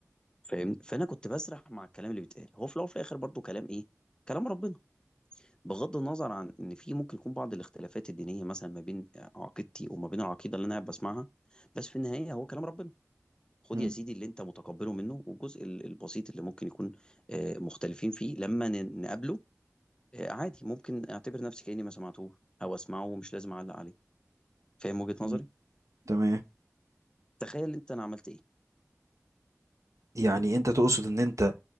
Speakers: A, on the left; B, on the right.
A: فاهمني فانا كنت بسرح مع الكلام اللي بيتقال هو في الاول وفي الاخر برضو كلام ايه كلام ربنا بغض النظر عن ان في ممكن يكون بعض الاختلافات الدينيه مثلا ما بين عقيدتي وما بين العقيده اللي انا قاعد بسمعها بس في النهايه هو كلام ربنا خد
B: مم.
A: يا سيدي اللي انت متقبله منه والجزء ال- البسيط اللي ممكن يكون آه، مختلفين فيه لما ن- نقابله آه، عادي ممكن اعتبر نفسي كأني ما سمعتوش او اسمعه ومش لازم اعلق عليه فاهم وجهة
B: مم.
A: نظري
B: تمام
A: تخيل انت انا عملت ايه
B: يعني انت تقصد ان انت